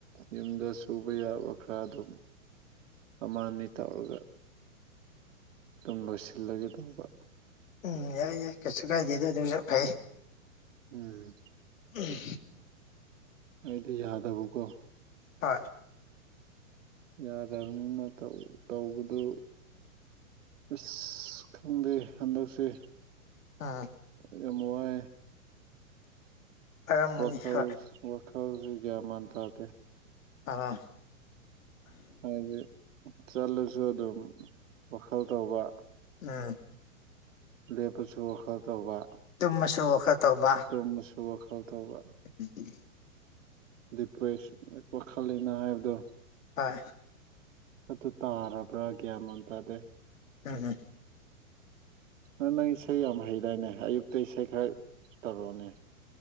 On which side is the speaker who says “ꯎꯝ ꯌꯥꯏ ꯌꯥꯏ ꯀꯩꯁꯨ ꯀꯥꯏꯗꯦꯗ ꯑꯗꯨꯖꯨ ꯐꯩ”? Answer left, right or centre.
Left